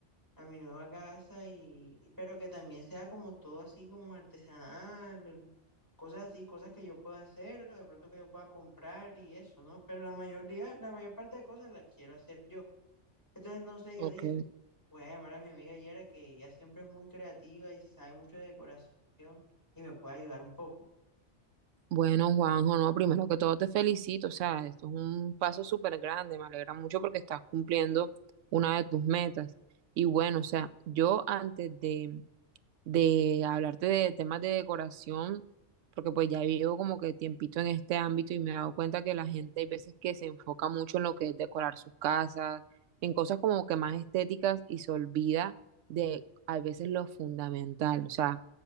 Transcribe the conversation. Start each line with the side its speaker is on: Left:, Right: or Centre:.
Left: a mi nueva casa y, y- pero que también sea como todo así como artesanal, cosas así, cosas que yo pueda hacer o de pronto que yo pueda comprar y eso, ¿no? Pero la mayoría, la mayor parte de cosas las quiero hacer yo. Entonces, no sé,
Right: Ok.
Left: yo dije, voy a llamar a mi amiga Yera que ella siempre es muy creativa y sabe mucho de decoración y me puede ayudar un poco.
Right: Bueno, Juanjo, no, primero que todo te felicito. O sea, esto es un paso súper grande. Me alegra mucho porque estás cumpliendo una de tus metas. Y bueno, o sea, yo antes de de hablarte de temas de decoración, porque pues ya vivo como que tiempito en este ámbito y me he dado cuenta que la gente hay veces que se enfoca mucho en lo que es decorar sus casas, en cosas como que más estéticas y se olvida de a veces lo fundamental. O sea,